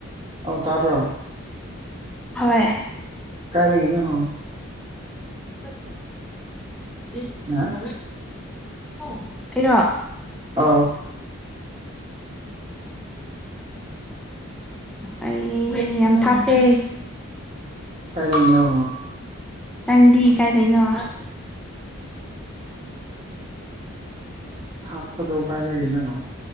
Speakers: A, on the right (about 25°); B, in the centre.
A: ꯑꯧ ꯇꯥꯕ꯭ꯔꯣ
B: ꯍꯣꯏ
A: ꯀꯥꯏ ꯂꯩꯒꯦꯅꯪ
B: ꯑꯩꯔꯣ
A: ꯍꯥ ꯑ
B: ꯑꯩ ꯌꯥꯝ ꯊꯥꯞꯄꯦ
A: ꯀꯥꯏ ꯂꯩꯅꯣ
B: ꯅꯪꯗꯤ ꯀꯥꯏꯗꯩꯅꯣ
A: ꯊꯥꯞꯄꯗ ꯀꯥꯏ ꯂꯩꯗꯒꯤꯦꯅ